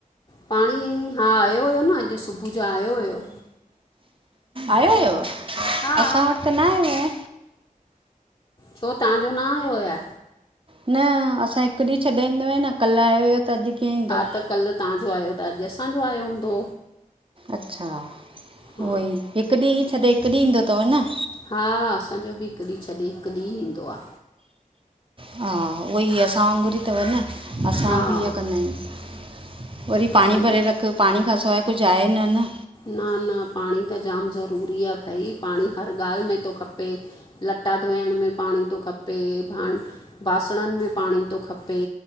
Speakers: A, on the left; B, on the right.
A: पाणी हा आयो हुयो न अॼु सुबुह जो आयो हुयो
B: आयो हुयोव
A: हा
B: असां वट त न आयो आ
A: छो तांजो न आयो आ
B: न असां जो हिक ॾींह छॾे ईंदो आहे न कल आयो हुयो त अॼु कीअं ईंदो
A: हा त कल तां जो आयो त अॼु असांजो आयो हूंदो
B: अच्छा
A: हा
B: उहो ई हिक ॾींह छॾे हिक ॾींह ईंदो थव न
A: हा असांजो बि हिक ॾींह छॾे हिक ॾींह ईंदो आ
B: हा उहो ई असां वांगुर ई थव न असां
A: हा
B: बि इहो कंदा आहियूं वरी पाणी
A: असांजो
B: भरे रख, पाणी खां सवाए कुझ आहे न न
A: न न पाणी त जाम ज़रूरी आ भई पाणी त हर ॻाल में थो खपे लटा धोइण में पाणी थो खपे बान बासणन में पाणी थो खपे